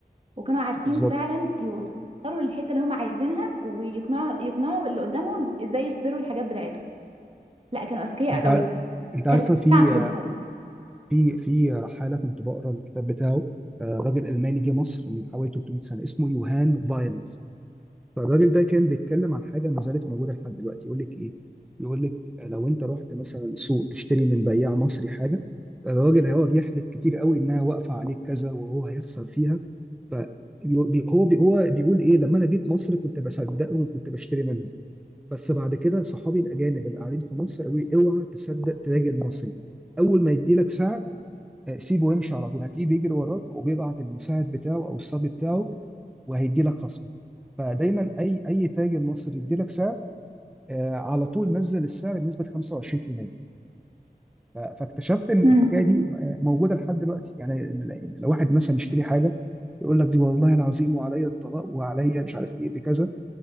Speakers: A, on the right; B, in the centre.
A: وكانوا عارفين
B: بالظبط
A: فعلا يوصلوا للحته اللي هم عايزينها ويقنعوا يقنعوا اللي قدامهم ازاي يشتروا الحاجات بتاعتهم لا كانوا اذكياء
B: انت
A: قوي
B: عار- انت عارفه
A: كانوا
B: في
A: عصرهم
B: في في رحاله كنت بقرا الكتاب بتاعه آه، راجل الماني جه مصر من حوالي 300 سنه اسمه يوهان فايلد فالراجل ده كان بيتكلم عن حاجه ما زالت موجوده لحد دلوقتي يقول لك ايه يقول لك لو انت رحت مثلا سوق تشتري من بياع مصري حاجه الراجل هيقعد يحلف كتير قوي انها واقفه عليك كذا وهو هيخسر فيها ف بي- هو بي- هو بيقول ايه لما انا جيت مصر كنت بصدقه وكنت بشتري منه بس بعد كده صحابي الاجانب اللي قاعدين في مصر قالوا لي اوعى تصدق تاجر مصري اول ما يدي لك سعر آه، سيبه وامشي على طول هتلاقيه بيجري وراك وبيبعت المساعد بتاعه او الصبي بتاعه وهيدي لك خصم فدايما اي اي تاجر مصري يدي لك سعر آه، على طول نزل السعر بنسبه 25% ف- فاكتشفت ان
A: امم
B: الحكايه دي آه، موجوده لحد دلوقتي يعني ال- لو واحد مثلا يشتري حاجه يقول لك دي والله العظيم وعليا الطلاق وعليا مش عارف ايه بكذا